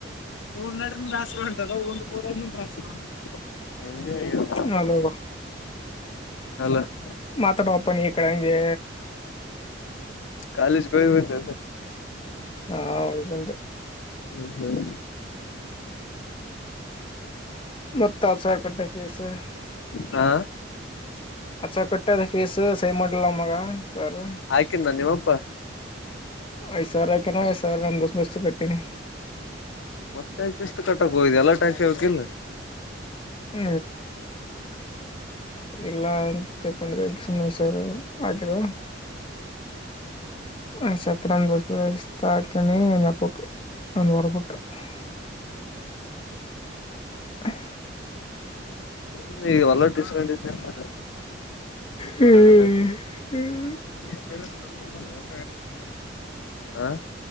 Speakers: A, on the left; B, on the left.
A: ಹ ನಾಡ ಆಸರ್ ಉಂಟದ ಒಂದುೋಡಾಸ <unintelligible>
B: ಹಲೋ,
A: ಅಲ್ಲ <unintelligible>
B: ಮಾತಾಡೋಪ್ಪಾ ನೀನು ಈಕಡೆ ಹಂಗೆ
A: ಕಾಲೇಜಿಗೆ ಹೋಗಿ ಬಂದ್ಯಾ.
B: ಹಾ ಹೋಗಿ ಬಂದೆ
A: ಹ್ಮ್ ಹ್ಮ್
B: ಮತ್ತ ಆಸಾಯ <unintelligible>
A: ಹಾ
B: ಅಚ್ಚ ಕಟ್ಟೆ ಅದ ಫೀಸ್ ಸಿನ್ ಮಾಡಲ್ಲ ಮಗ ಸರ್.
A: ಹೇಗಿದ್ದಾನೆ ನಿಮ್ಮ ಅಪ್ಪ.
B: ಐದು ಸಾವಿರ ಹಾಕಣ್ಣ <unintelligible>
A: ಮತ್ತೆ ಕಿಸ್ತ್ ಕಟ್ಟಕ್ ಹೋಗಿದೆ <unintelligible>
B: <unintelligible> ಇಲ್ಲ ಅಂತ ತಕೊಂಡ್ರ ಸಮೇಶ್ವರ್ ಹಾಕಿದ. <unintelligible> <inaudible>
A: <unintelligible> <unintelligible>
B: ಹ್ಮ್
A: ಹ